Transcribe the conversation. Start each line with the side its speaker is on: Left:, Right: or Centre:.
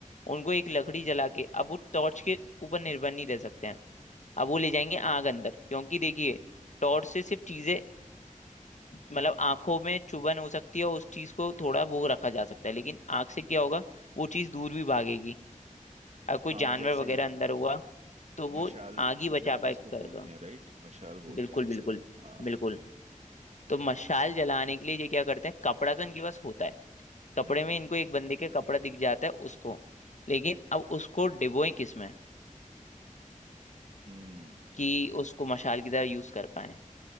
Left: उनको एक लकड़ी जला के अब वो टॉर्च के ऊपर निर्भर नहीं रह सकते हैं अब वो ले जाएंगे आग अंदर क्योंकि देखिए टॉर्च से सिर्फ चीजें मतलब आंखों में चुभन हो सकती है और उस चीज को थोड़ा वो रखा जा सकता है लेकिन आग से क्या होगा वो चीज दूर भी भागेगी अगर कोई
Right: हाँ
Left: जानवर
Right: जैसे
Left: वगैरह अंदर हुआ तो वो
Right: मशाल
Left: आग ही बचा
Right: मशाल
Left: पाएगा
Right: जिसको बोलते हैं राइट मशाल बोलते
Left: बिल्कुल
Right: हैं
Left: बिल्कुल
Right: उसे हाँ
Left: बिल्कुल तो मशाल जलाने के लिए ये क्या करते हैं कपड़ा तो इनके पास होता है कपड़े
Right: हम्म
Left: में
Right: हम्म
Left: इनको एक बंदे के कपड़ा दिख जाता है उसको लेकिन अब उसको डिबोए किसमें
Right: हम्म
Left: कि उसको मशाल की तरह यूज कर पाए